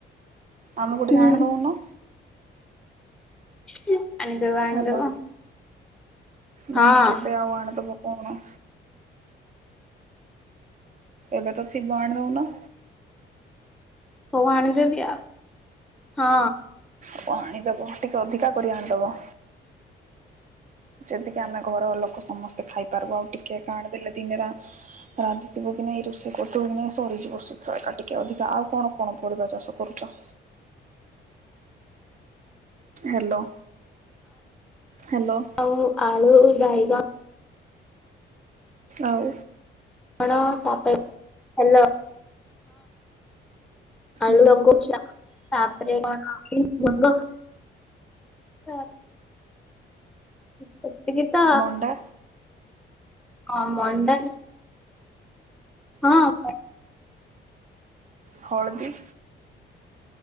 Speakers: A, on the right; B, in the centre.
A: ଆମ କୁ
B: ହୁଁ
A: ଟିକେ ଆଣି ଦଉନ?
B: ହୁଁ ଆଣିଦବ ଆଣିଦବ
A: ହାଲୋ। ମାନେ
B: ହଁ
A: କେବେ ଆଉ ଆଣିଦବ କୋହୁନ। ଏବେ ତ ଥିବ ଆଣି ଦଉନ?
B: ହଉ ଆଣିଦେବି ଆଉ।
A: ଆଉ ଆଣିଦବ ଟିକେ ଅଧିକା କରି ଆଣିଦବ। ଯେତିକି ଆମେ ଘର ଲୋକ ସମସ୍ତେ ଖାଇପାରିବୁ। ଆଉ ଟିକେ କାଣ ଦେଲେ ଦିନେରେ ରାନ୍ଧିଥିବୁ କି ନାଇ ଏଇ ରୋଷେଇ କରୁଥିବୁ କି ନାଇ ସରିଯିବ ଶୀଘ୍ର ଏକା ଟିକେ ଅଧିକା। ଆଉ କଣ କଣ ପରିବା ଚାଷ କରୁଚ? Hello hello.
B: ଆଉ ଆଳୁ ଆଳୁ ବାଇଗ
A: ଆଉ?
B: ଗଣ ତା ପରେ ହ୍ୟାଲୋ। ଆଳୁ
A: ହୁଁ
B: ଲଗେଇଚି ଆଉ ତାପରେ କଣ ହ ତ ସେତିକି ତ
A: ମଣ୍ଡା
B: ହଁ ମଣ୍ଡା ହଁ।
A: ହଳଦି।